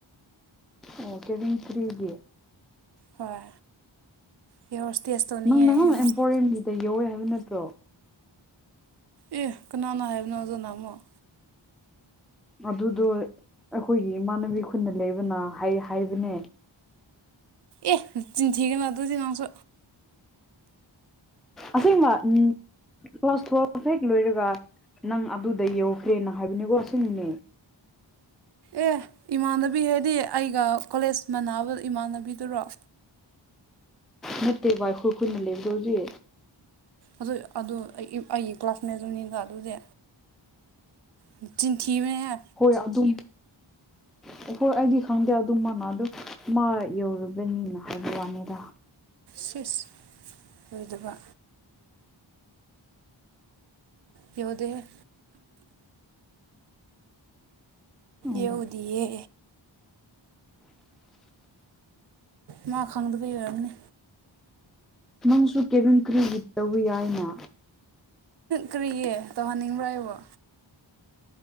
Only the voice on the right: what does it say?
ꯍꯣꯏ ꯢꯌꯥꯔ ꯍꯣꯁꯇꯦꯁ ꯇꯧꯅꯤꯡꯉꯦ
ꯍꯥꯢꯌꯦ
ꯃꯥ
ꯑꯦ ꯀꯅꯥꯅ ꯍꯥꯏꯕꯅꯣ ꯑꯗꯨꯅ ꯑꯃꯨꯛ
ꯑꯦ ꯅꯆꯤꯟꯊꯤꯒꯅꯣ ꯑꯗꯨꯗꯤ ꯅꯪꯁꯨ
ꯑꯦ ꯏꯃꯥꯟꯅꯕꯤ ꯍꯥꯏꯗꯤ ꯑꯩꯒ ꯀꯣꯂꯦꯖ ꯃꯅꯥꯅꯕ ꯏꯃꯥꯟꯅꯕꯤꯗꯨꯔꯣ
ꯑꯗꯨ ꯑꯗꯨ ꯑꯩ ꯑꯩꯒꯤ ꯀ꯭ꯂꯥꯁꯃꯦꯠꯗꯨꯅꯤꯗ ꯑꯗꯨꯗꯤ ꯅꯆꯤꯟ ꯊꯤꯕꯅꯦꯍꯦ
ꯁꯤꯁ ꯑꯣꯏꯗꯕ ꯌꯧꯗꯦꯍꯦ
ꯌꯧꯗꯤꯌꯦ ꯃꯥ ꯈꯪꯗꯕꯩ ꯑꯣꯢꯔꯝꯅꯤ
ꯀ꯭ꯔꯤꯒꯤ ꯇꯧꯍꯟꯅꯤꯡꯕ꯭ꯔꯥ ꯑꯩꯕꯨ